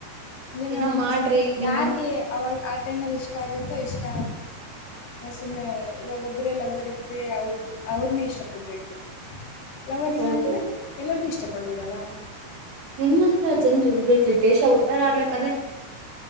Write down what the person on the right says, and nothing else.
ಏನೋ
ಮಾಡ್ರಿ ನಿಮ್ಮಂತ
ಹೌದೌದು
ನಿಮ್ಮಂತ ಜನರ್ ಇರ್ಬೇಕ್ರಿ ದೇಶ ಉದ್ದಾರ <unintelligible>